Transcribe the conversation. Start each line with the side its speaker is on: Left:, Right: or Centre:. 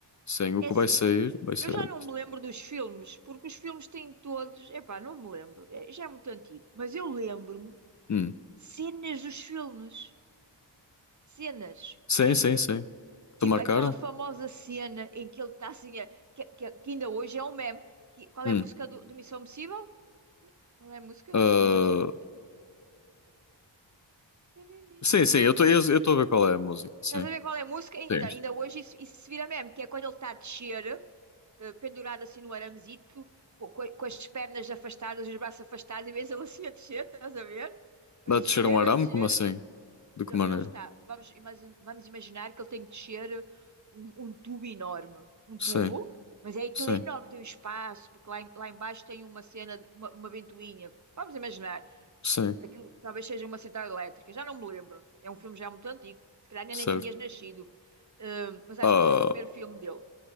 Left: Sim, o
Right: É
Left: que
Right: assim,
Left: vai sair, vai ser
Right: eu já
Left: oito.
Right: não me lembro dos filmes, porque os filmes têm todos. Epá, não me lembro. É, já é muito antigo. Mas eu lembro-me
Left: Hum.
Right: cenas dos filmes. Cenas,
Left: Sim,
Right: por exemplo.
Left: sim, sim.
Right: Tipo
Left: Te marcaram?
Right: aquela famosa cena em que ele está assim, a- que, que- que ainda hoje é um meme. Que- qual
Left: Hum.
Right: é a música do, do Missão Impossível? Qual é a música
Left: Ah,
Right: da Missão Impossível? Nenê,
Left: Sim,
Right: Não.
Left: sim, eu estou eu estou a ver qual é a música, sim.
Right: Estás a ver qual é a música? Então,
Left: Sim.
Right: ainda hoje isso, isso se vira mesmo, que é quando ele está a descer, eh, pendurado assim no aramezito, co- co- com, as pernas afastadas os braços afastados, e vês ele assim a descer, estás a ver? A
Left: A
Right: descer,
Left: descer um arame,
Right: a descer.
Left: como assim? De que
Right: Ele,
Left: maneira?
Right: ele está, vamos, ima- vamos imaginar que ele tem que descer um, um tubo enorme, um
Left: Sim,
Right: tubo, mas é aquele
Left: sim.
Right: enorme, tem um espaço, porque lá, em- lá embaixo tem uma cena, de- uma, uma ventoinha. Vamos imaginar.
Left: Sim.
Right: Aquilo talvez seja uma central elétrica, já não me lembro. É um filme já muito antigo, se calhar ainda
Left: Certo.
Right: nem tinhas nascido. Ahm, mas acho
Left: Ah,
Right: que esse é o primeiro filme dele.